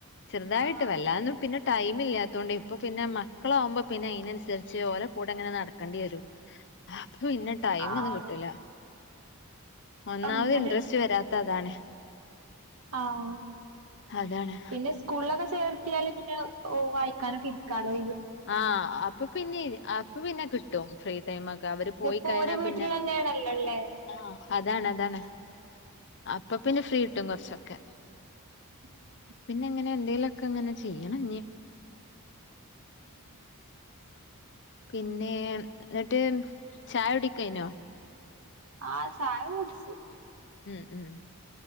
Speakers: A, on the left (about 55°); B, on the right (about 75°).
A: ചെർതായിട്ട്
B: ആഹ്
A: വല്ലാന്നും പിന്നെ- ടൈമ് ഇല്ല്യാത്തൊണ്ട് ഇപ്പൊ പിന്നെ മക്കളാവുമ്പ പിന്നെ അഴിനൻസര്ച്ച് ഓല കൂട ഇങ്ങനെ നട്ക്കണ്ടി വരും അപ്പൊ പിന്നെ ടൈം
B: ആഹ്
A: ഒന്നും കിട്ടൂല
B: അപ്പൊ
A: ഒന്നാമത്
B: അങ്ങനെ
A: ഇൻട്രസ്റ്റ് വരാത്ത അതാണ്
B: ആഓ
A: അതാണ്
B: പിന്നെ സ്കൂളിലൊക്കെ ചേർത്തിയാൽ പിന്നെ വായിക്കാനോക്കെ ഇരിക്കലോ
A: ആഹ അപ്പൊ പിന്നെ അപ്പൊ പിന്നെ കിട്ടും ഫ്രീ ടൈമ ഒക്കെ അവര് പോയി
B: ഇപ്പോ
A: കഴിഞ്ഞാൽ
B: ഓരെ വീട്ടിൽ
A: പിന്നെ
B: തന്നെയാണല്ലോല്ലേ
A: ആഹ് അതാണ് അതാണ് അപ്പൊ പിന്നെ ഫ്രീ കിട്ടും കൊറച്ചൊക്കെ
B: അതന്നെ
A: പിന്നെ എങ്ങനെ എന്തേലും ഒക്കെ എങ്ങനെ ചെയ്യണം ഇനി
B: ആഹ്
A: പിന്നെ എന്നിട്ട് ചായ കുടിയിക്കെകൈഞ്ഞോ
B: ആഹ ചായ കുടിച്
A: ഉം ഉം